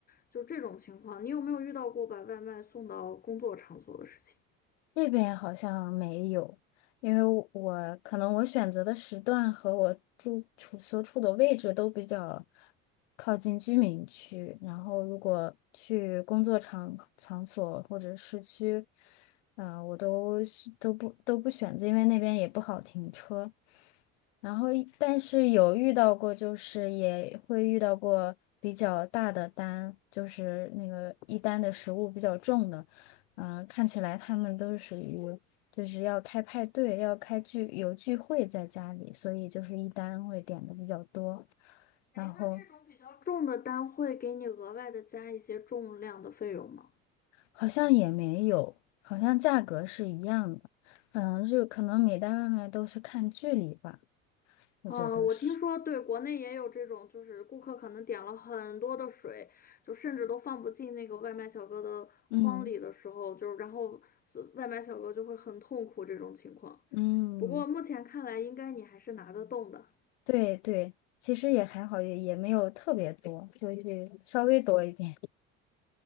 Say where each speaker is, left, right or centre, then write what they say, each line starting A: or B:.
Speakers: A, on the left; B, on the left.
A: 就这种情况，你有没有遇到过把外卖送到工作场所的事情？
B: 这边好像没有，因为我我可能我选择的时段和我住处所处的位置都比较靠近居民区，然后如果去工作场场所或者市区，呃，我都是都不都不选择，因为那边也不好停车。然后一但是有遇到过，就是也会遇到过比较大的单，就是那个一单的食物比较重的，嗯、看起来他们都是属于就是要开派对，要开聚有聚会在家里，所以就是一单会点的比较多，
A: 哎，
B: 然后
A: 那这种比较重的单会给你额外的加一些重量的费用吗？
B: 好像也没有，好像价格是一样的，嗯，就可能每单外卖都是看距离吧，我觉得是，
A: 啊，我听说对，国内也有这种，就是顾客可能点了很多的水，就甚至都放不进那个外卖小哥的筐里的时候，
B: 嗯
A: 就是然后所外卖小哥就会很痛苦这种情况。
B: 嗯。
A: 不过目前看来，应该你还是拿得动的。
B: 对对，其实也还好，也也没有特别多，就是稍微多一点。<laughs>